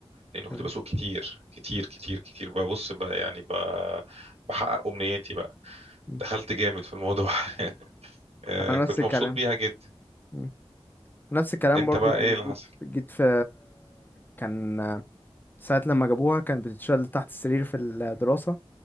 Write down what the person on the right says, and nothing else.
لان كنت
بسوق كتير كتير كتير كتير ببص بقى يعني ب... بحقق امنياتي بقى
دخلت جامد في الموضوع <laughs> آه،
كنت
مبسوط بيها جدا
انت
بقى ايه اللي
حصل